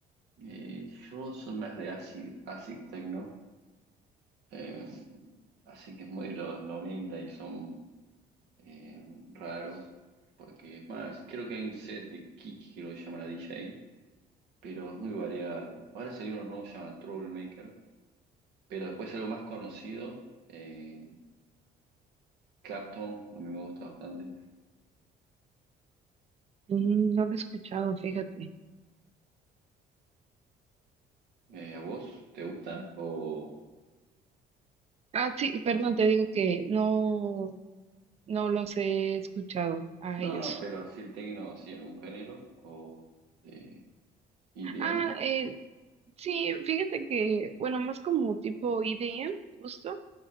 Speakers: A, on the right; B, on the right.
A: Eh, yo soy más de acid, acid techno, eh, así que es muy de los 90 y son eh, raros, porque es más, creo que hay un set de Kiki, creo que se llama la DJ, pero es muy variado. Ahora salió unos nuevos, se llama Troublemaker, pero después algo más conocido, eh, Clapton, a mí me gusta bastante.
B: Mm, No lo he escuchado, fíjate.
A: Eh, ¿a vos te gusta? O...
B: Ah, sí, perdón, te digo que no, no los he escuchado a
A: No,
B: ellos.
A: no, pero así el techno, así algún género, o de E D
B: Ah,
A: M,
B: eh, sí, fíjate que, bueno, más como tipo EDM, justo.